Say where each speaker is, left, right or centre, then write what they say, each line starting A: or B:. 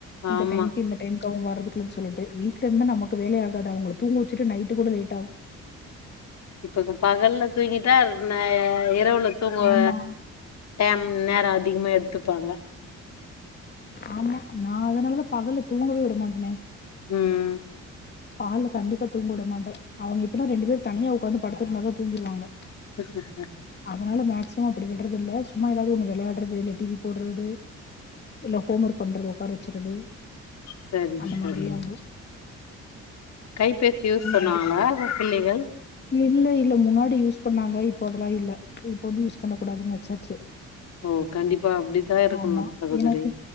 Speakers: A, on the left; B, on the left.
A: இந்த
B: ஆமா
A: டைமிக்கு இந்த டை வரதுக்குள்ளனு சொல்லிட்டு வீட்டுல இருந்தா நமக்கு வேலைையகாது அவுங்கள தூங்க வச்சுட்டு நைட் கூட லேட் ஆகு
B: இப்ப பகல்ல தூங்கிட்ட ந இரவுல தூங்குவ
A: ஆமா
B: டைம் நேரோ அதிகமா எடுத்துப்பாங்க
A: ஆமா நா அதுனாலதா பகல்ல தூங்கவே விட மாட்டே
B: உ
A: பகல்ல கண்டிப்பா தூங்க விட மாட்டே அவுங்க எப்படினா ரெண்டு பேர் தனியா உட்காந்து படுத்து இருந்தா தா தூங்கிடுவாங்க
B: <unintelligible>
A: அதுனால மேக்சிமம் அப்படி விடுறதுல்ல சும்மா ஏதாவது ஒண்ணு விளையாடுறது இல்ல டிவி போடுறது இல்ல ஹோம் ஒர்க் பண்றது உக்கார வச்சறது
B: சரிங்க
A: அந்த
B: சரிங்க
A: மாதிரி ஆகிடு
B: கைபேசி யூஸ் பண்ணுவாங்களா
A: அது
B: பிள்ளைக
A: இல்ல இல்ல முன்னாடி யூஸ் பண்ணாங்க இப்போ அதுல்லா இல்ல இப்போது யூஸ் பண்ண கூடாதுன்னு வச்சாச்சு
B: ஓ கண்டிப்பா அப்படித்தா இருக்கணு
A: ஆமா
B: சகோதரி
A: எனக்கு